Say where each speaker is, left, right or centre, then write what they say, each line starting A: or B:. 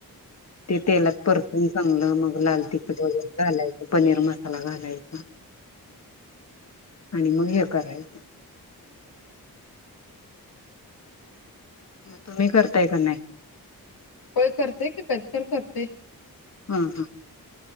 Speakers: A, on the left; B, on the left.
A: ते तेलात परतून चांगलं मग लाल तिखट वगैरे घालायचं पनीर मसाला घालायचा. आणि मग हे करायचं. म तुम्ही करताय का नाही.
B: होय करते की कधी तर करते.
A: हम् हम.